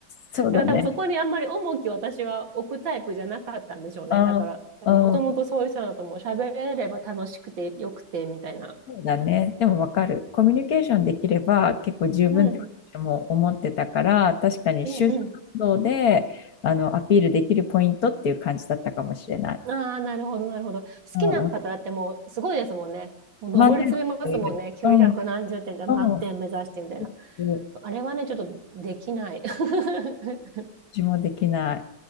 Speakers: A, on the left (about 55°); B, on the right (about 80°).
A: そうだね。
B: ら多分そこにあんまり重きを私は置くタイプじゃなかったんでしょうね。
A: あうん
B: だからもともとそういう人だともう喋れれば楽しくてよくてみたいな。
A: そうだね。でもわかる。コミュニケーションできれば結構十分って私も思ってたから、
B: うん。
A: 確かに就職活動であのアピールできるポイントっていう感じだったかもしれない。
B: うんうん。ああ、なるほどなるほど。好きな方だってもうすごいですもんね。
A: うんうん。
B: もう上り詰めますもんね。
A: 満点の人いる。
B: 900何十点で満点目指してみたいな。
A: うんうん。いるうん
B: そうあれはね、ちょっとできない。<laughs>
A: 私もできない。